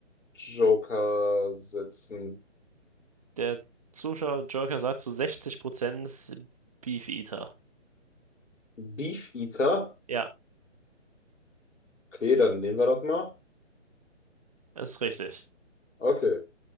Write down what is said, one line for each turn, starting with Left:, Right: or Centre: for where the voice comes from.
Left: Joker setzen.
Right: Der Zuschauer Joker sagt zu 60% Beefeater.
Left: Beef Eater.
Right: Ja,
Left: Okay, dann nehmen wir das mal.
Right: ist richtig.
Left: Okay.